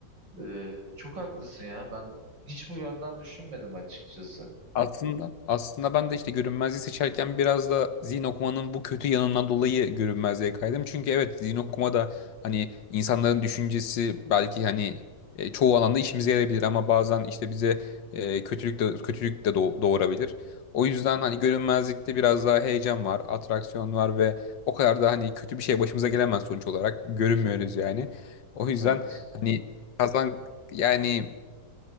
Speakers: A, on the right; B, on the left.
A: E, çok haklısın ya ben hiç bu yönden düşünmedim açıkçası.
B: Aslında aslında ben de işte görünmezliği seçerken biraz da zihin okumanın bu kötü yanından dolayı görünmezliğe kaydım. Çünkü evet zihin okuma da hani insanların düşüncesi belki hani e, çoğu alanda işimize yarayabilir ama bazen işte bize e, kötülük de kötülük de doğ- doğurabilir. O yüzden hani görünmezlikte biraz daha heyecan var, atraksiyon var ve o kadar da hani kötü bir şey başımıza gelemez sonuç olarak görünmüyoruz yani. O yüzden
A: Evet
B: hani kazan yani